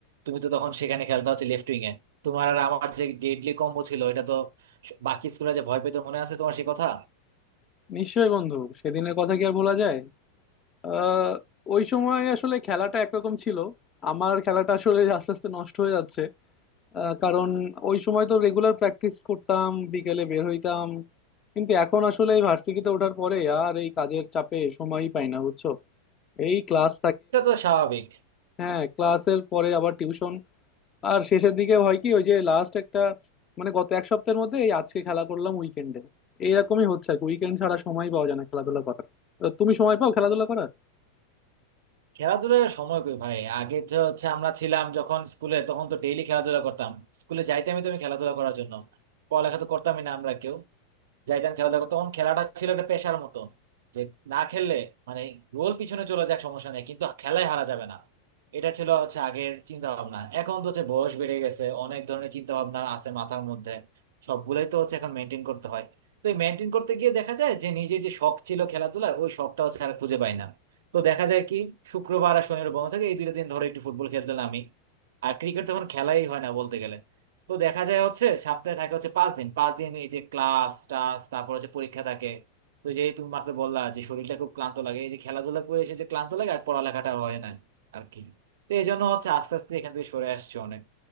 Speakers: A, on the right; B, on the left.
A: তুমি তো তখন সেখানে খেলতে হচ্ছে লেফট উইং এ তোমার আর আমার যে ডেডলি কম্বো ছিল এটা তো বাকি স্কুলে যে ভয় পেতে মনে আছে তোমার সে কথা
B: নিশ্চয়ই বন্ধু সেদিনের কথা কি আর ভোলা যায় আহ ওই সময় আসলে খেলাটা একরকম ছিল আমার খেলাটা আসলে আস্তে আস্তে নষ্ট হয়ে যাচ্ছে আহ, কারণ ওই সময় তো রেগুলার প্র্যাকটিস করতাম বিকেলে বের হইতাম কিন্তু এখন আসলে এই ভার্সিটিতে ওঠার পরে আর এই কাজের চাপে সময়ই পাই না বুঝছো এই ক্লাস
A: এটা তো স্বাভাবিক
B: হ্যাঁ ক্লাসের পরে আবার টিউশন আর শেষের দিকে হয় কি ওই যে লাস্ট একটা মানে গত এক সপ্তাহের মধ্যে এই আজকে খেলা করলাম উইকেন্ডে এইরকমই হচ্ছে আর কি। উইকেন্ড ছাড়া সময় পাওয়া যায় না খেলাধুলা করার তো তুমি সময় পাও খেলাধুলা করার
A: খেলাধুলার সময় কই ভাই আগে তো হচ্ছে আমরা ছিলাম যখন স্কুলে তখন তো ডেইলি খেলাধুলা করতাম স্কুলে যাইতামই তো আমি খেলাধুলা করার জন্য পড়ালেখা তো করতামই না আমরা কেউ যাইতাম খেলাধুলা করতে তখন খেলাটা ছিল একটা পেশার মতন যে না খেললে মানে গোল পিছনে চলে যাক সমস্যা নেই কিন্তু খেলায় হারা যাবে না এটা ছিল হচ্ছে আগের চিন্তা ভাবনা এখন তো হচ্ছে বয়স বেড়ে গেছে অনেক ধরনের চিন্তা ভাবনা আছে মাথার মধ্যে সবগুলোই তো হচ্ছে এখন মেনটেন করতে হয় তো এই মেনটেন করতে গিয়ে দেখা যায় যে নিজের যে শখ ছিল খেলাধুলার ওই শখটা হচ্ছে আর খুঁজে পাই না তো দেখা যায় কি শুক্রবার আর শনিবার বন্ধ থাকে এই দুটো দিন ধরে একটু ফুটবল খেলতাম আমি আর ক্রিকেট তখন খেলাই হয় না বলতে গেলে তো দেখা যায় হচ্ছে সপ্তাহে থাকে হচ্ছে পাঁচ দিন পাঁচ দিন এই যে ক্লাস টাস তারপর হচ্ছে পরীক্ষা থাকে তো যে তুমি মাত্র বললা যে শরীরটা খুব ক্লান্ত লাগে এই যে খেলাধুলা করে এসে যে ক্লান্ত লাগে আর পড়ালেখাটা হয় না আর কি তো এই জন্য হচ্ছে আস্তে আস্তে এখান থেকে সরে আসছে অনেক